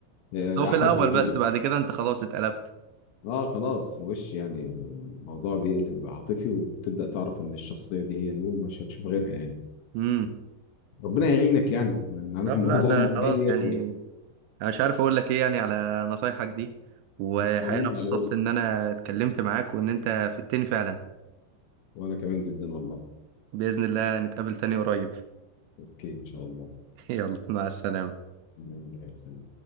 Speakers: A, on the left; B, on the right.
A: آه،
B: هو في
A: أحمد
B: الاول
A: زويل
B: بس بعد كده انت خلاص اتقلبت
A: أه خلاص وش يعني الموضوع بيقلب عاطفي وتبدأ تعرف إن الشخصية دي هي دي ومش هتشوف غيرها يعني
B: امم
A: ربنا يعينك يعني انا عارف
B: طب
A: الموضوع
B: لا ده
A: محير
B: خلاص يعني انا مش عارف اقول لك ايه يعني على نصايحك دي وحقيقة
A: حبيبي
B: انا اتبسطت
A: على ايه
B: ان انا اتكلمت معاك وان انت فدتني فعلا
A: وانا كمان جدا والله
B: بإذن الله نتقابل تاني قريب
A: اوكي ان شاء الله
B: <laughs> يلا مع السلامة
A: نعم، زي الفل.